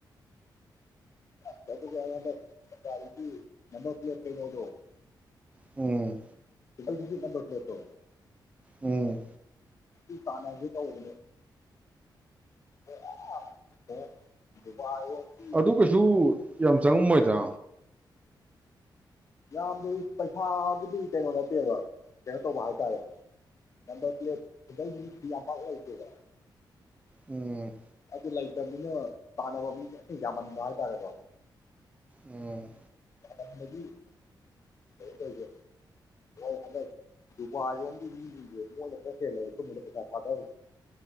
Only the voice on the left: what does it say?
<unintelligible> ꯅꯝꯕꯔ ꯄ꯭ꯂꯦꯠ ꯀꯩꯅꯣꯗꯣ
ꯑꯩꯒꯤꯗꯤ ꯅꯝꯕꯔ ꯄ꯭ꯂꯦꯠꯇꯣ
ꯁꯤ ꯇꯥꯟꯅꯒꯦ ꯇꯧꯕꯅꯦ <unintelligible>
ꯌꯥꯝꯕꯨꯗꯤ ꯄꯩꯁꯥꯕꯨꯗꯤ ꯀꯩꯅꯣ ꯅꯠꯇꯦꯕ ꯀꯩꯅꯣ ꯇꯧꯕ ꯍꯥꯏꯇꯥꯔꯦ ꯅꯝꯕꯔ ꯄ꯭ꯂꯦꯠ ꯌꯥꯝ ꯄꯥꯛ ꯂꯩꯇꯦꯕ
ꯑꯗꯨ ꯂꯩꯇꯕꯅꯤꯅ ꯇꯥꯟꯅꯕ ꯃꯤꯅ ꯌꯥꯝꯃꯟꯕ ꯍꯥꯏꯇꯥꯔꯦꯀꯣ
<unintelligible> ꯃꯣꯏ ꯍꯟꯗꯛ ꯗꯨꯕꯥꯏꯔꯣꯝꯒꯤ ꯃꯤꯖꯤꯡꯖꯦ ꯃꯣꯏꯅ ꯄꯣꯠ ꯆꯦꯜꯂꯦ ꯁꯨꯝꯕꯗ ꯄꯩꯁꯥ ꯊꯥꯗꯕ